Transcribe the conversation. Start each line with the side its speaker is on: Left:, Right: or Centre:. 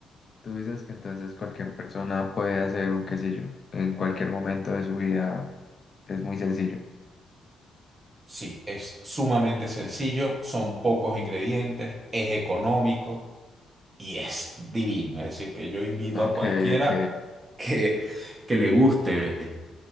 Left: Tú dices que entonces cualquier persona puede hacer un quesillo en cualquier momento de su vida. Es muy sencillo.
Right: Sí, es sumamente sencillo, son pocos ingredientes, es económico y es divino. Es decir, que yo invito
Left: Ok,
Right: a cualquiera
Left: ok.
Right: que, que le guste